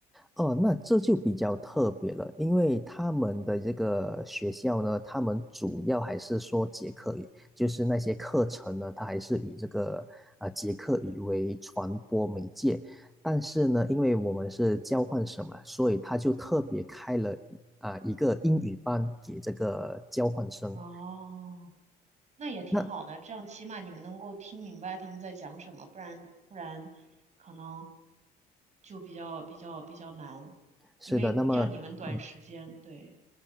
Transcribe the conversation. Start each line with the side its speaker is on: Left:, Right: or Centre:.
Centre: 哦，那这就比较特别了，因为他们的这个学校呢，他们主要还是说捷克语，就是那些课程呢，它还是以这个啊、呃捷克语为传播媒介。但是呢，因为我们是交换生嘛，所以他就特别开了啊、一个英语班给这个交换生。
Right: 哦，那也挺好的，
Centre: 那
Right: 这样起码你们能够听明白他们在讲什么，不然不然可能就比较比较比较难，
Centre: 是的，
Right: 因为要你们短时间，
Centre: 那么嗯，
Right: 对，